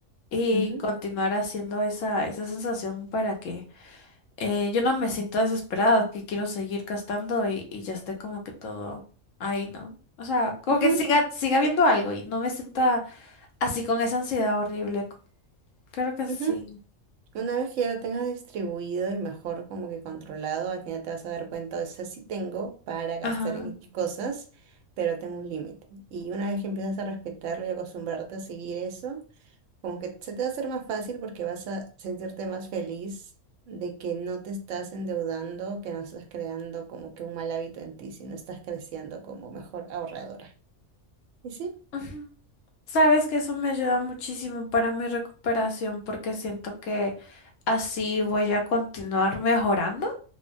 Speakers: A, on the left; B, on the right.
A: y
B: Ujú,
A: continuar haciendo esa, esa sensación para que eh, yo no me siento desesperada, que quiero seguir gastando y, y ya esté como que todo ahí, ¿no? O sea, como
B: ujú,
A: que siga, siga viendo algo y no me sienta así con esa ansiedad horrible. C- Creo que
B: ujú.
A: sí.
B: Una vez que ya lo tengas distribuido y mejor como que controlado, al final te vas a dar cuenta, o sea, sí tengo para gastar
A: Ajá.
B: en mis cosas, pero tengo un límite. Y una vez que empiezas a respetarlo y acostumbrarte a seguir eso, como que se te va a hacer más fácil porque vas a sentirte más feliz de que no te estás endeudando, que no estás creando como que un mal hábito en ti, sino estás creciendo como mejor ahorradora. ¿Y sí?
A: Ujú. Sabes que eso me ayuda muchísimo para mi recuperación porque siento que así voy a continuar mejorando.